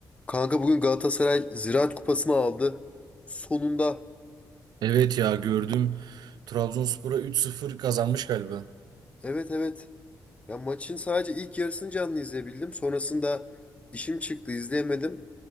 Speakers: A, on the left (about 20°); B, on the right (about 85°).
A: Kanka bugün Galatasaray Ziraat Kupası'nı aldı. Sonunda.
B: Evet ya gördüm. Trabzonspor'a 3-0 kazanmış galiba.
A: Evet evet. Ya maçın sadece ilk yarısını canlı izleyebildim. Sonrasında işim çıktı izleyemedim.